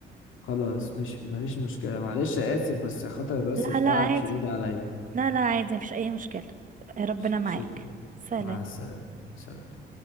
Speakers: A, on the left; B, on the right.
A: خلاص مش مفيش مشكله معلش اسف بس خاطر بس
B: لا
A: التعب
B: لا عادي
A: شديد عليا
B: لا لا عادي مفيش اي مشكلة ربنا
A: ش-
B: معاك
A: شكرا
B: سلام
A: مع السلامه سلام